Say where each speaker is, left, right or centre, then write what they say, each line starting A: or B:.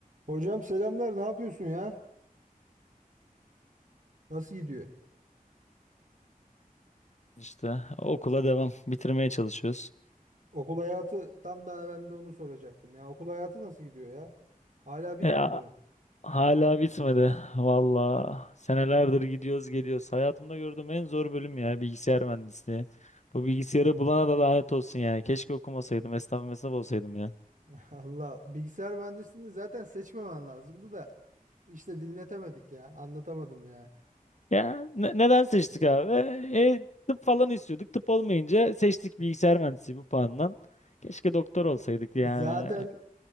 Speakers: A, on the right; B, on the left.
A: Hocam selamlar. Ne yapıyorsun ya? Nasıl gidiyor?
B: İşte okula devam. Bitirmeye çalışıyoruz.
A: Okul hayatı tam da ben de onu soracaktım ya. Okul hayatı nasıl gidiyor ya? Hala bitmedi
B: E, a-
A: mi?
B: hala bitmedi. Valla senelerdir gidiyoruz geliyoruz. Hayatımda gördüğüm en zor bölüm ya bilgisayar mühendisliği. Bu bilgisayarı bulana da lanet olsun yani. Keşke okumasaydım. Esnaf mesnaf olsaydım ya.
A: <laughs> Allah bilgisayar mühendisliğini zaten seçmemen lazımdı da işte dinletemedik ya. Anlatamadım ya.
B: Ya ne- neden seçtik abi? E, tıp falan istiyorduk. Tıp olmayınca seçtik bilgisayar mühendisliği bu puandan. Keşke doktor olsaydık
A: Zaten
B: yani.